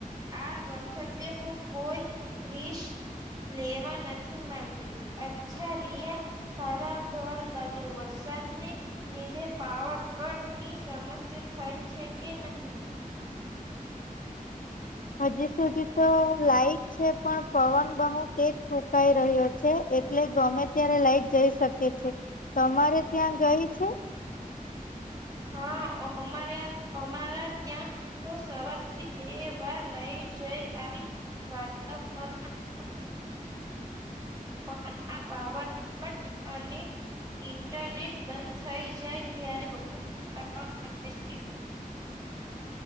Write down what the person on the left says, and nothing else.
હજી સુધી તો લાઈટ છે પણ પવન બહુ તેજ ફૂકાઈ રહ્યો છે. એટલે ગમે ત્યારે લાઈટ જઈ શકે છે તમારે ત્યાં ગઈ છે.
<unintelligible>